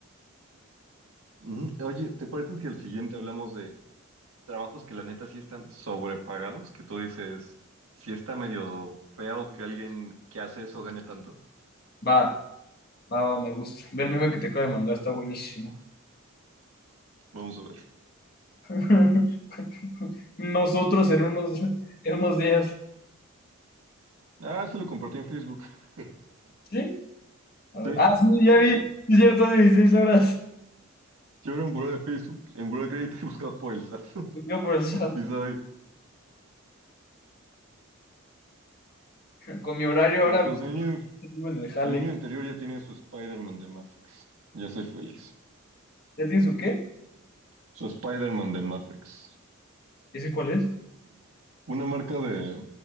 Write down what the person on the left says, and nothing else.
Va, va, va, me gusta. Ve el meme que te acabo de mandar, está buenísimo.
<laughs> Nosotros en unos, en unos días.
¿Sí? A ver.
Ah, sí, ya vi, es cierto, 16 horas.
Yo por el sábado.
Con mi horario
ahora
me en el jale.
¿Ya tienes su qué?
¿Ese cuál es?